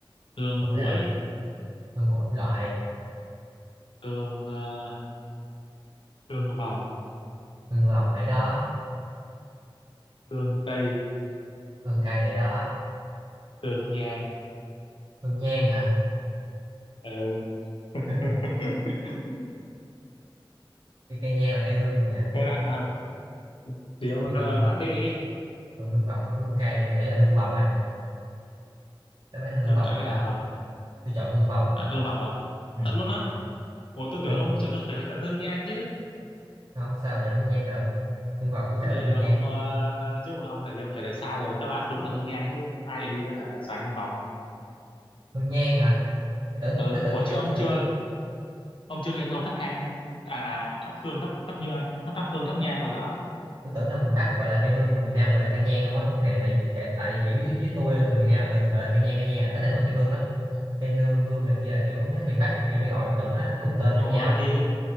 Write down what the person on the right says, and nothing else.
ok
hương mỗi loại
hương vòng để đó
hương cây để đó
hương nhang hả
Hương- cái cây nhang là cây hương mà nha
thì còn
còn hương vòng với hương cây tôi nghĩ là hương vòng ấy đáp án là hương
vòng
không
nhỉ
tôi chọn hương vòng
ừ
đúng
rồi
không sao lại chọn hương nhang được hương vòng chứ sao
lại
hương
nhang
hương nhang hả tôi tưởng
tôi tưởng
cái
tôi tưởng
tôi tưởng đâu miền Bắc gọi là cây hương còn miền Nam gọi là cây nhang không á tại tại tại, tại kiểu dưới dưới tôi là miền Nam là từng gọi là cây nhang cây nhang à. ít là gọi cây hương lắm cây hương hương này kia là kiểu thấy miền Bắc này kia mới gọi tôi tưởng nó là cùng tên
với nhau